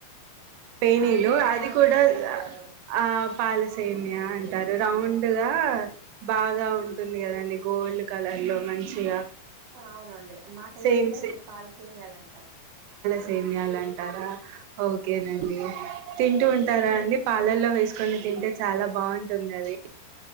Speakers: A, on the right; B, on the right.
A: పేనీలు
B: ఆ, అంటే
A: అది
B: పాల్
A: కూడా
B: సేమియాలు అంటారు
A: ఆ పాలసేమ్య అంటారు రౌండ్ పడుగా
B: ఆ
A: బాగా ఉంట ంది కదండి గోల్డ్ కలర్ లో మంచిగా
B: అవునండి మా సైడ్
A: సేమ్
B: ఎతే అండి పాలు చేయాలంటాం
A: సేమయాలంటారా ఓకే డి
B: ఉమ్.
A: తింటూ ఉంట తస్తారా అండి పాలర్ లో వేసుకొని తింటే చాలా బాగుంటుంది అది